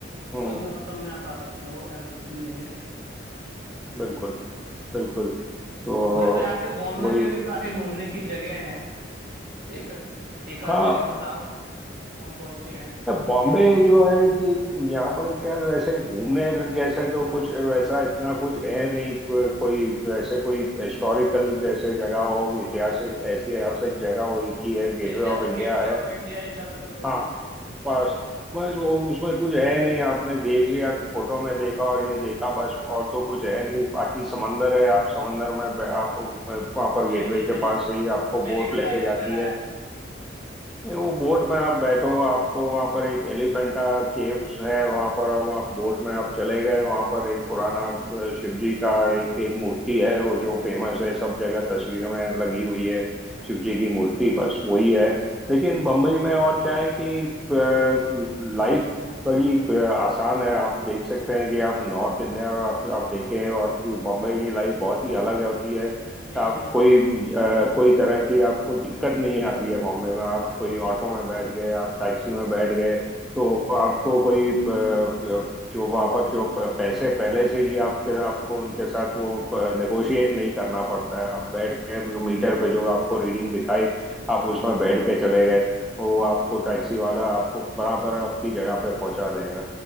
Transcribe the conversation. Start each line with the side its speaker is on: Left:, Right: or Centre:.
Centre: हम्म
Right: कोई भी मौसम में आप आ सकते हो ऐसा कुछ भी नहीं है
Centre: बिल्कुल बिल्कुल तो
Right: वैसे आपके बॉम्बे
Centre: वही
Right: में भी काफी घूमने की जगह है एक एक आध
Centre: हाँ
Right: जगह बताओ कौन कौन सी हैं
Centre: बॉम्बे जो है कि यहाँ पर क्या वैसे घूमने जैसे तो कुछ वैसा इतना कुछ है नहीं को- कोई वैसे कोई हिस्टोरिकल जैसे जगह हो ऐतिहासिक ऐतिहासिक जगह हो एक ही है गेटवे
Right: मेरे ख्याल
Centre: ऑफ
Right: से गेटवे
Centre: इंडिया है
Right: ऑफ इंडिया ही ज्यादातर लोग
Centre: हाँ
Right: घूमते हैं
Centre: बस बस वो उसमें कुछ है नहीं आपने देख लिया फोटो में देखा और ये देखा बस और तो कुछ है नहीं बाकी समंदर है आप समंदर में बै- आप उसमें वहां पर
Right: जी
Centre: गेटवे
Right: जी
Centre: के
Right: जी
Centre: पास
Right: जी
Centre: से ही आपको
Right: मेरीन
Centre: बोट
Right: ड्राइव
Centre: लेके जाती
Right: वगैरह
Centre: है
Right: है
Centre: नहीं, वो बोट में आप बैठो आपको वहां पर एक एलिफेंटा केव्स है वहां पर अब आप बोट में आप चले गए वहां पर एक पुराना अ, शिव जी का एक एक मूर्ति है वो जो फेमस है सब जगह तस्वीरों में लगी हुई है शिव जी की मूर्ति बस वही है लेकिन बम्बई में और क्या है कि लाइफ बड़ी अ, आसान है आप देख सकते हैं कि आप नॉर्थ इंडिया आप आप देखें और बम्बई की लाइफ बहुत ही अलग होती है
Right: जी
Centre: आप
Right: जी जी
Centre: कोई अ, कोई तरह की आपको दिक्कत नहीं आती है बॉम्बे में आप
Right: हम्म
Centre: कोई ऑटो में बैठ गए आप टैक्सी में बैठ गए तो आपको कोई अ, अ, जो वहां पर जो प- पैसे पहले से ही आपके आपको उनके साथ वो नेगोशिएट नहीं करना पड़ता है आप बैठ गए जो मीटर पे जो आपको रीडिंग दिखाई आप उसमें बैठ के चले गए वो आपको
Right: हाँ
Centre: टैक्सी वाला आपको बराबर आपकी जगह पे पहुंचा देगा